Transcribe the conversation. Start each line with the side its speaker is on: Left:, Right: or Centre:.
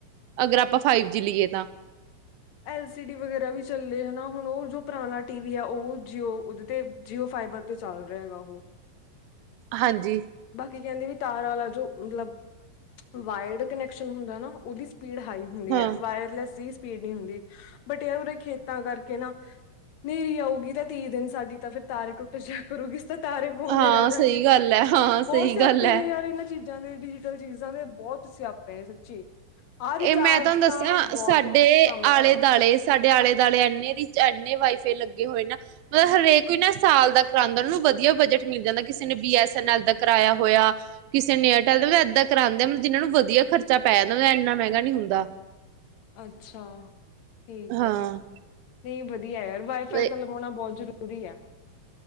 Right: ਅਗਰ ਆਪਾਂ ਫਾਈਵ ਜੀ ਲਈਏ ਤਾਂ
Left: ਐਲ ਸੀ ਡੀ ਵਗੈਰਾ ਵੀ ਚੱਲਦੇ ਹਨਾ ਹੁਣ ਉਹ ਜੋ ਪੁਰਾਣਾ ਟੀ ਵੀ ਹੈ ਉਹ ਜੀਓ ਉਹਦੇ ਤੇ ਜੀਓ ਫਾਈਬਰ ਤੇ ਚੱਲ ਰਿਹਾ ਹੈਗਾ ਉਹ
Right: ਹਾਂਜੀ
Left: ਬਾਕੀ ਕਹਿੰਦੇ ਵੀ ਤਾਰ ਵਾਲਾ ਜੋ ਮਤਲਬ ਵਾਇਲਡ ਕਨੈਕਸ਼ਨ ਹੁੰਦਾ ਨਾ ਉਹਦੀ ਸਪੀਡ ਹਾਈ ਹੁੰਦੀ
Right: ਹਾਂ
Left: ਹੈ ਵਾਇਰਲੈਸ ਦੀ ਸਪੀਡ ਨਹੀਂ ਹੁੰਦੀ ਬਟ ਇਹ ਵਾਲੇ ਖੇਤਾਂ ਕਰਕੇ ਨਾ ਹਨੇਰੀ ਆਊਗੀ ਤਾਂ ਤੀਹ ਦਿਨ ਸਾਡੀ ਤਾਂ ਫਿਰ ਤਾਰ ਈ ਟੁੱਟ ਜਇਆ ਕਰੂਗੀ ਤਾਂ ਤਾਰੇ ਪਵਾਉਂਦੇ
Right: ਹਾਂ
Left: ਰਹਿ ਜਾਂਗੇ
Right: ਸਹੀ ਗੱਲ ਹੈ
Left: ਉਹ
Right: ਹਾਂ ਸਹੀ
Left: ਬਹੁਤ ਸਿਆਪੇ
Right: ਗੱਲ ਹੈ
Left: ਨੇ ਯਾਰ ਇਹਨਾਂ ਚੀਜ਼ਾਂ ਦੇ ਡਿਜੀਟਲ ਚੀਜ਼ਾਂ ਦੇ ਬਹੁਤ ਸਿਆਪੇ ਨੇ ਸੱਚੀ ਆਹ ਰਿਚਾਰਜ
Right: ਇਹ ਮੈਂ ਤੁਹਾਨੂੰ ਦੱਸਿਆ
Left: ਤਾਂ ਬਹੁਤ
Right: ਸਾਡੇ
Left: ਕੰਮ
Right: ਆਲੇ
Left: ਖ਼ਰਾਬ
Right: ਦੁਆਲੇ ਸਾਡੇ ਆਲੇ ਦੁਆਲੇ ਐਨੇ ਰੇਂਜਾ ਇੰਨੇ ਵਾਈਫਾਈ ਲੱਗੇ ਹੋਏ ਨਾ ਮਤਲਬ ਹਰੇਕ ਕੋਈ ਸਾਲ ਦਾ ਕਰਾਉਂਦਾ ਉਹ ਨੂੰ ਵਧੀਆ ਬਜਟ ਮਿਲ ਜਾਂਦਾ ਕਿਸੇ ਨੇ ਬੀ ਐਸ ਐਨ ਐਲ ਦਾ ਕਰਾਇਆ ਹੋਇਆ ਕਿਸੇ ਨੇ ਏਅਰਟੈਲ ਦਾ ਮਤਲਬ ਏਦਾਂ ਕਰਾਉਂਦੇ ਮਤਲਬ ਜਿਹਨਾਂ ਨੂੰ, ਵਧੀਆ ਖਰਚਾ ਪੈ ਜਾਂਦਾ ਮਤਲਬ ਇੰਨਾ ਮਹਿੰਗਾ ਨਹੀਂ ਹੁੰਦਾ।
Left: ਅੱਛਾ ਠੀਕ
Right: ਹਾਂ
Left: ਹੈ ਨਹੀਂ ਵਧੀਆ ਹੈ ਯਾਰ ਵਾਈਫਾਈ
Right: ਬ
Left: ਤਾਂ ਲਵਾਉਣਾ ਬਹੁਤ ਜ਼ਰੂਰੀ ਆ